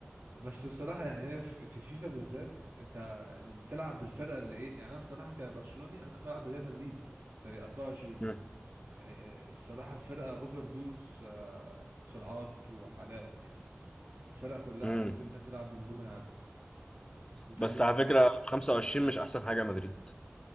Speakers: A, on the right (about 55°); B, on the left (about 20°).
A: بس الصراحة يعني هي في في فيفا بالذات انت اللي بتلعب بالفرقة اللي ايه يعني انا الصراحة كبرشلوني انا كنت بلعب بريال مدريد في 24
B: مم.
A: يعني الصراحة الفرقة اوفر دوز آه، سرعات وحلاوة يعني الفرقة كلها
B: مم.
A: تحس ان انت بتلعب بنجوم العالم انت متخيل
B: بس على فكره في 25 مش احسن حاجه مدريد